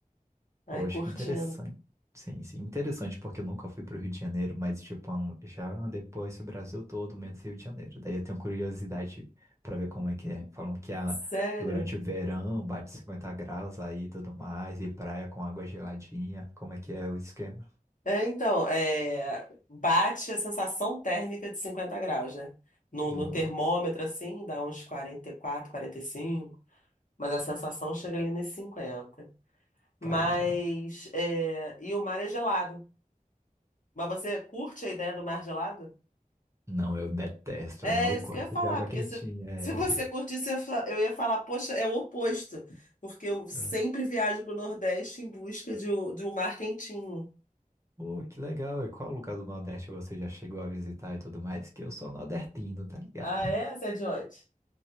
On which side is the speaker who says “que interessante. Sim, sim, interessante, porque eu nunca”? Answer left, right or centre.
Right